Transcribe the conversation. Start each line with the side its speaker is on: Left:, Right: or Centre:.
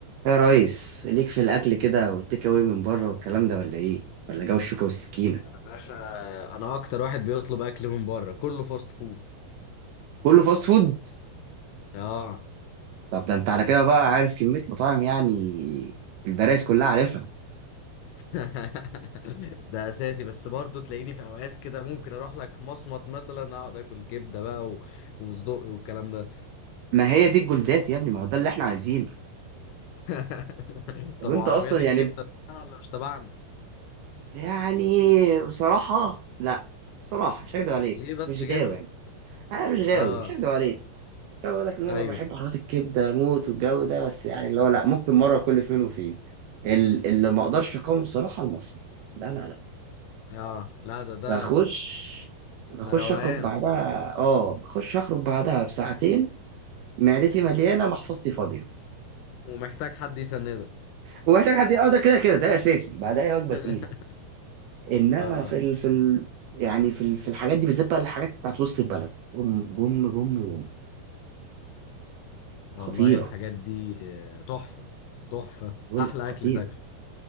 Right: ايه يا ريس ليك في الاكل كده والتيك اواي من بره والكلام ده ولا ايه ولا جو الشوكه والسكينه
Left: باشا انا اكتر واحد بيطلب اكل من بره كله فاست فود
Right: كله فاست فود
Left: اه
Right: طب ده انت على كده بقى عارف كميه مطاعم يعني البرايس كلها عارفها
Left: <laughs> ده اساسي بس برضه تلاقيني في اوقات كده ممكن اروح لك مصمت مثلا اقعد اكل كبده بقى و... وصدق والكلام ده
Right: ما هي دي الجولدات يا ابني ما هو ده اللي احنا عايزينه
Left: <laughs>
Right: طب
Left: طب
Right: انت
Left: وعربيات
Right: اصلا
Left: الكبده
Right: يعني
Left: تبعنا ولا مش تبعنا
Right: يعني بصراحه لا بصراحه مش هكدب عليك
Left: ليه بس
Right: مش
Left: كده
Right: غاوي يعني انا مش غاوي
Left: اه
Right: مش هكدب عليك مش هقدر اقول لك ان انا
Left: ايوه
Right: بقى بحب حلويات الكبده موت والجو ده بس يعني اللي هو لا ممكن مره كل فين وفين ال- اللي ما اقدرش اقاوم بصراحه المصمت لا لا لا
Left: اه لا ده ده
Right: بخش بخش
Left: روقان
Right: اخرج بعدها اه بخش اخرج بعدها بساعتين معدتي مليانه محفظتي فاضيه
Left: ومحتاج حد يسندك
Right: ومحتاج حد اه ده كده كده ده اساسي بعدها هي وجبه
Left: <laughs>
Right: تقيله انما
Left: اه
Right: في ال... في ال... يعني في ال... في الحاجات دي بالذات بقى الحاجات بتاعت وسط البلد بوم بوم بوم بوم
Left: والله
Right: خطيره
Left: الحاجات دي آه، تحفه تحفه
Right: بقول
Left: احلى
Right: لك خطيره
Left: اكل تاكله